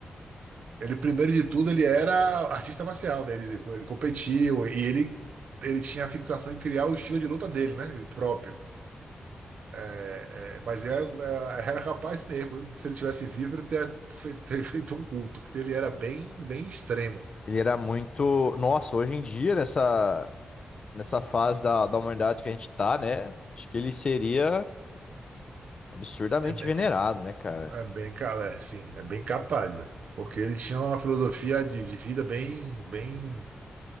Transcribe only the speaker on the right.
Ele, primeiro de tudo, ele era artista marcial, né? Ele, ele competiu e ele, ele tinha a fixação em criar o estilo de luta dele, né? Próprio. É, é, mas era, era capaz mesmo, se ele tivesse vivo, ele ter, fe- ter feito um culto, porque ele era bem, bem extremo.
é bem
É bem, ca- é, sim, é bem capaz, né? Porque eles tinham uma filosofia de, de vida bem, bem,